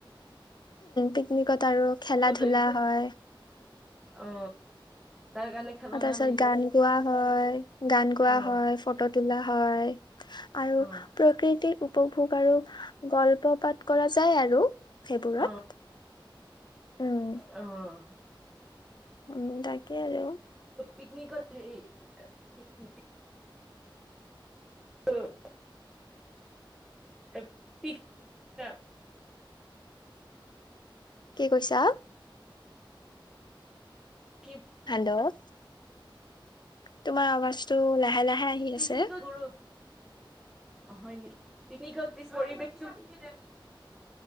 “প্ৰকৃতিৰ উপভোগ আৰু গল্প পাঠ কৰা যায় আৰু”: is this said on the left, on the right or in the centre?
Left